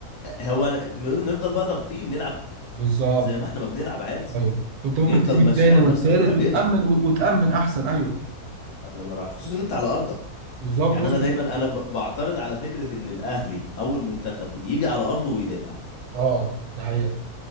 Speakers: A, on the left (about 80°); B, on the right (about 75°).
A: هو أنا... نفضل بقى ضاغطين نلعب
B: بالظبط
A: زي ما احنا ما بنلعب عادي
B: ايوه كنت ممكن
A: نفضل
B: تجيب
A: ماشيين
B: الثاني
A: على
B: والثالث
A: نفس طريقة لعبنا
B: وتامن وتامن احسن ايوه
A: الله ينور عليك. خصوصا ان انت على ارضك
B: بالظبط
A: يعني
B: وسط
A: انا دايما
B: الجمهور.
A: انا ب- بعترض على فكرة ان الاهلي او المنتخب يجي على ارضه ويدافع
B: اه ده حقيقه